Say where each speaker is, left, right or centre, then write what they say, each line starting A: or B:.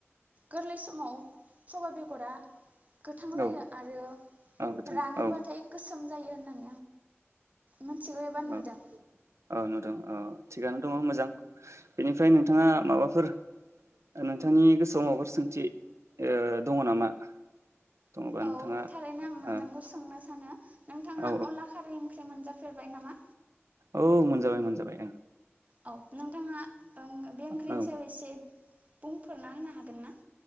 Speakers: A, on the right; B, on the right.
A: गोरलै समाव सबाइ बेगरा गोथां
B: औ
A: जायो आरो
B: औ नोंथां
A: रानोब्लाथाय
B: औ
A: गोसोम जायो होननानै मिथिबायबा
B: औ
A: नुदों
B: औ नुदों औ थिगानो दङ मोजां बेनिफ्राय नोंथाङा माबाफोर नोंथांनि गोसोआव माबाफोर सोंथि ओ दङ नामा दङबा
A: औ
B: नोंथाङा
A: थारैनो आं नोंथांखौ
B: ओ
A: सोंनो सानो नोंथाङा
B: औ
A: अनला खारै ओंख्रि मोनजाफेरबाय नामा?
B: औ मोनजाबाय मोनजाबाय आं
A: औ नोंथाङा बे ओंख्रिनि
B: औ
A: सायाव एसे बुंफोरना होनो हागोन ना